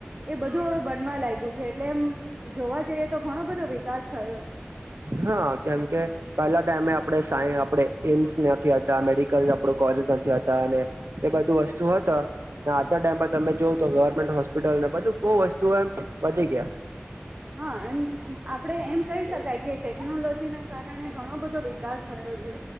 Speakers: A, on the right (about 35°); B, on the right (about 80°).
A: એ બધું હ બનવા લાગ્યું છે, એટલે એમ જોવા જઈએ, તો ઘણો બધો વિકાસ થયો છે.
B: હા, કેમકે પહેલા ટાઈમે, આપણે સા આપણે એમ્સ નથી, હતા મેડિકલ કોલેજ નથી, અને એ બધું વસ્તુ, હત આજ ટાઈમ પર તમે જો તો ગવર્મેન્ટ હોસ્ સ્પિટલ ને બધું, બહુ વસ્તુ એમ વધી ગયા
A: હા, એમ આપડે એમ કહી શકાય કે ટેકનોલોજીના કારણે ઘણો બધો વિકાસ થયો છે,